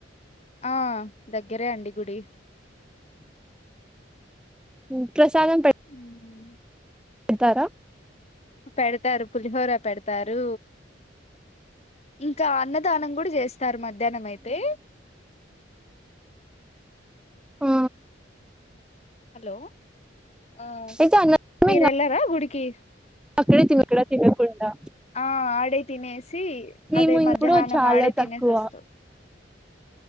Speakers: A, on the left (about 35°); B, in the centre.
A: ఆ దగ్గరే అండి గుడి
B: ఉ ప్రసాదం పెట్
A: ఉమ్,
B: ఏళ్తారా
A: పెడుతారు పులిహోర పెడుతారు ఇంకా అన్నదానం కూడా చేస్తారు మధ్యాహ్నం అయితే
B: ఆ
A: హలో ఆ
B: అయితే అన్నమే
A: మీరెళ్లరా
B: ఇంకా
A: గుడికి
B: అక్కడే తినక్కడ తినకుండా
A: ఆ ఆడే తినేసి
B: మేము
A: అదే మధ్యాహ్నం
B: ఇప్పుడు చాలా
A: ఆడే తినేసి
B: తక్కువ
A: వస్తం